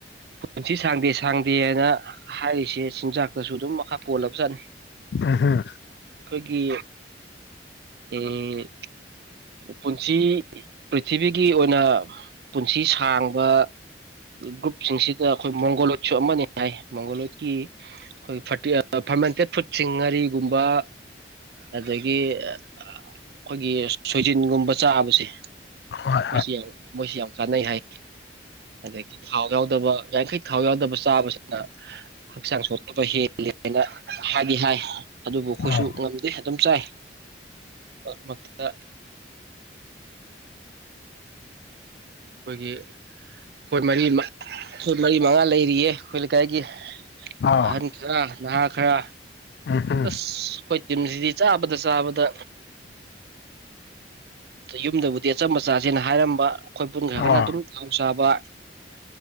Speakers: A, on the right; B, on the left.
A: ꯄꯨꯟꯁꯤ ꯁꯥꯡꯗꯦ ꯍꯥꯏꯅ ꯍꯥꯏꯔꯤꯁꯦ ꯆꯤꯟꯖꯥꯛꯇꯁꯨ ꯑꯗꯨꯝ ꯃꯈꯥ ꯄꯣꯜꯂꯕ ꯆꯠꯅꯩ
B: ꯎꯝꯍꯨꯝ
A: ꯑꯩꯈꯣꯏꯒꯤ ꯎꯝ ꯄꯨꯟꯁꯤ ꯄ꯭ꯔꯤꯊꯤꯕꯤꯒꯤ ꯑꯣꯏꯅ ꯄꯨꯟꯁꯤ ꯁꯥꯡꯕ ꯒ꯭ꯔꯨꯞꯁꯤꯡꯁꯤꯗ ꯑꯩꯈꯣꯏ ꯃꯣꯡꯒꯣꯂꯣꯠꯁꯨ ꯑꯃꯅꯤ ꯍꯥꯏ ꯃꯪꯒꯣꯂꯣꯠꯀꯤ ꯑꯩꯈꯣꯏꯒꯤ ꯐ ꯐꯥꯔꯃꯦꯟꯇꯦꯠ ꯐꯨꯗꯁꯤꯡ ꯉꯥꯔꯤꯒꯨꯝꯕ ꯑꯗꯒꯤ ꯑꯩꯈꯣꯏꯒꯤ ꯁꯣꯏꯖꯤꯟꯒꯨꯝꯕ ꯆꯥꯕꯁꯦ
B: ꯍꯣꯏ
A: ꯃꯣꯏꯁꯤ ꯌꯥꯝ ꯃꯣꯏꯁꯤ ꯌꯥꯝ ꯀꯥꯟꯅ ꯍꯥꯏ ꯑꯗꯒꯤ ꯊꯥꯎ ꯌꯥꯎꯗꯕ ꯌꯥꯡꯈꯩ ꯊꯥꯎ ꯌꯥꯎꯗꯕ ꯆꯥꯕꯁꯤꯅ ꯍꯛꯆꯥꯡ ꯁꯣꯛꯇꯕ ꯍꯦꯜꯂꯤ ꯑꯩꯅ ꯍꯥꯏꯗꯤ ꯍꯥꯏ ꯑꯗꯨꯕꯨ
B: ꯑꯥ
A: ꯑꯩꯈꯣꯏꯁꯨ ꯉꯝꯗꯦ ꯑꯗꯨꯝ ꯆꯥꯏ ꯃꯔꯛꯇ ꯑꯩꯈꯣꯏꯒꯤ ꯑꯩꯈꯣꯏ ꯃꯔꯤ ꯑꯩꯈꯣꯏ ꯃꯔꯤ ꯃꯉꯥ ꯂꯩꯔꯤꯌꯦ ꯑꯩꯈꯣꯏ ꯂꯩꯀꯥꯏꯒꯤ
B: ꯑꯥ
A: ꯑꯍꯟ ꯈꯔ ꯅꯍꯥ ꯈꯔ
B: ꯎꯝꯍꯨꯝ
A: ꯑꯁ ꯑꯩꯈꯣꯏ ꯇꯤꯝꯁꯤꯗꯤ ꯆꯥꯕꯗ ꯆꯥꯕꯗ ꯌꯨꯝꯗꯕꯨꯗꯤ ꯑꯆꯝꯕꯆꯥꯁꯤꯅ ꯍꯥꯏꯔꯝꯕ ꯑꯩꯈꯣꯏ ꯄꯨꯟꯈ꯭ꯔꯒꯅ
B: ꯑꯥ
A: ꯑꯗꯨꯝ ꯈꯨꯣꯡ ꯆꯥꯕ